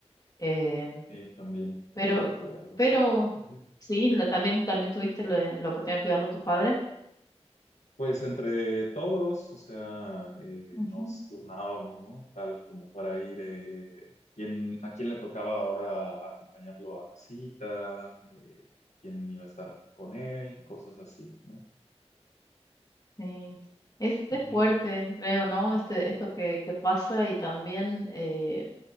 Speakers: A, on the left (about 35°); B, on the left (about 85°).
A: eh,
B: Sí, también
A: pero,
B: acá fue algo
A: pero
B: así. Ujú.
A: sí, la- también, también tuviste la, la oportunidad de cuidarlo a tu padre.
B: Pues entre todos, o sea, eh,
A: Ujú.
B: nos turnábamos, ¿no? Tal como para ir, eh, quién- a quién le tocaba ahora acompañarlo a la cita, eh, quién iba a estar con él, cosas así, ¿no?
A: Sí. Es, es
B: Ujú,
A: fuerte, creo, ¿no? Este, esto que, que pasa y también eh,